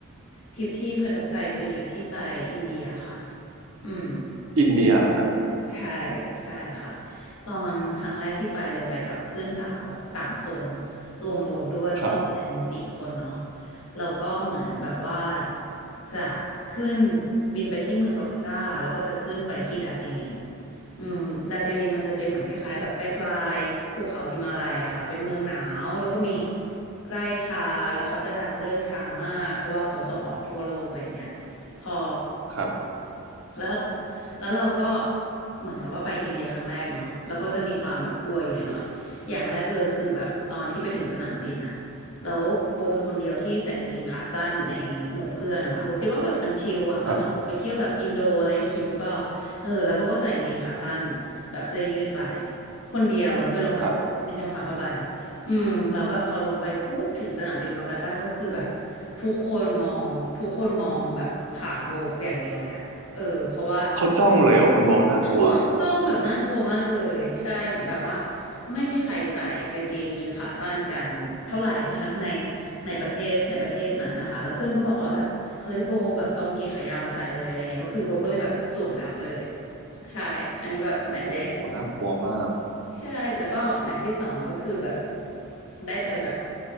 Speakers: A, on the left; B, on the right.
A: ทริปที่ประทับใจคือทริปที่ไปอินเดียค่ะอืม
B: อินเดียเหรอครับ
A: ใช่ใช่ค่ะตอนครั้งแรกที่ไปเลยไปกับเพื่อนสาวสามคนรวมโบด้วยก็เป็นสี่คนเนาะ
B: ครับ
A: เราก็เหมือนแบบว่าจะขึ้นบินไปที่เมืองกัวกาตาแล้วก็จะขึ้นไปที่ดาร์จิลิงอืมดาร์จิลิงมันจะเป็นเหมือนคล้ายๆแบบปลายๆภูเขาหิมาลัยอะค่ะเป็นเมืองหนาวแล้วก็มีไร่ชาแล้วเขาจะดังเรื่องชามากเพราะว่าเขาส่งออกทั่วโลกอะไรอย่างเงี้ยพอ
B: ครับ
A: แล้วเราแล้วเราก็เหมือนกับว่าไปอินเดียครั้งแรกเนาะเราก็จะมีความแบบกลัวอยู่หน่อยๆอย่างแรกเลยคือแบบตอนที่ไปถึงสนามบินอะแล้วโบเป็นคนเดียวที่ใส่กางเกงขาสั้นในหมู่เพื่อนนะคะโบคิดว่าแบบมันชิลอะมันเหมือนไปเที่ยวแบบอินโดอะไรอย่างงี้หรือเปล่าเออแล้วโบก็ใส่กางเกงขาสั้น
B: ครับ
A: แบบเสื้อยืดไปคนเดียวแล้วไปนรองเท้าแตะไม่ใช่รองเท้าผ้าใบ
B: ครับ
A: อืมเราแล้วแบบพอลงไปปุ๊บถึงสนามบินกลกัตตาก็คือแบบทุกคนมองทุกคนมองแบบขาโบอย่างเดียวเลยอะ เออเพราะว่า
B: เขาจ้องเลยเหรอคุณโบน่ากลัว
A: <laughs> เขาจ้องแบบน่ากลัวมากเลยใช่เหมือนแบบว่าไม่มีใครใส่กางเกงยีนขาสั้นกันเท่าไหร่นักในในประเทศในประเทศนั้นนะคะแล้วเพื่อนก็บอกว่าแบบเฮ้ยโบแบบเอากางเกงขายาวมาใส่เลยอะไรเงี้ยก็คือโบก็เลยแบบสวมทับไปเลยใช่อันนี้แบบแมตช์แร
B: โอ้โหน่ากลัวมาก
A: ใช่แล้วก็หมาที่สองก็คือแบบได้ไปแบบ